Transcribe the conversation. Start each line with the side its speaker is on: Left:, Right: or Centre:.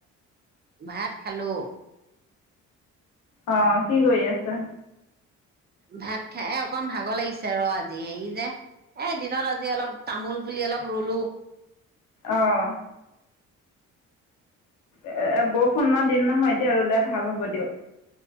Right: ভাত খালো
Left: অঁ কি কৰি আছে
Right: ভাত খাই অকণ ভাগৰ লাগিছে ৰ আজি হেৰি যে এ দিনত আজি অলপ তামোল পুলি অলপ ৰুলো
Left: অঁ এ বৰষুণৰ দিন নহয় এতিয়া ৰুলে ভাল হ'ব দিয়ক